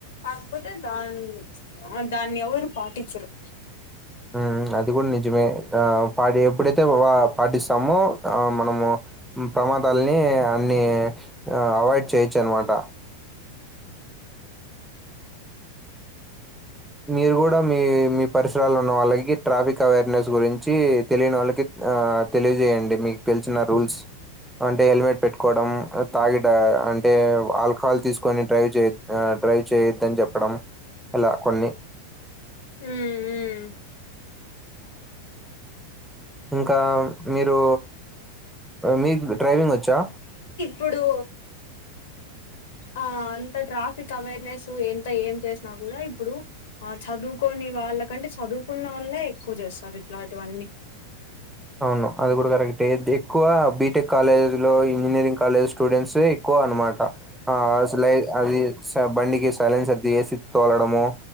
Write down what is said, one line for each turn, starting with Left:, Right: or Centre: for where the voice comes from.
Left: కాకపోతే దాన్ దాన్ని ఎవరు పాటించరు.
Centre: ఉహ్ అది కూడా నిజమే. ఆ పాడి ఎప్పుడైతే పాటిస్తామో ఆ మనము హు ప్రమాదాలని అన్ని అవైడ్ చేయొచ్చు అనమాట మీరు కూడా మీ మీ పరిసరాలు ఉన్న వాళ్ళకి ట్రాఫిక్ అవేర్నెస్ గురించి తెలియని వాళ్ళకి ఆ తెలియజేయండి. మీకు పిలిచిన రూల్స్ అంటే హెల్మెట్ పెట్టుకోవడం తాగిడా అంటే ఆల్కహాల్ తీసుకొని డ్రైవ్ జేయ్ ఆ డ్రైవ్ చేయొద్దని జేప్పడం ఇలా కొన్ని
Left: ఉహూహ్
Centre: ఇంకా మీరు మీక్ డ్రైవింగ్ వచ్చా
Left: ప్పుడో ఆ అంత ట్రాఫిక్ అవేర్నెస్ ఎంత ఏం చేశినా కూడా ఇప్పుడు ఆ చదువుకొని వాళ్ళకంటే చదువుకున్న ఓలానే ఎక్కువ జేస్తారు ఇట్లాంటివన్నీ
Centre: నో అది గూడా కరెక్ట్ దేక్కువ బీటెక్ కాలేజ్ లో ఇంజనీరింగ్ కాలేజ్ స్టూడెంట్సే కో అనమాట ఆ అసలై అది స బండికి సైలెన్స్ అది దియేసి. తోలడము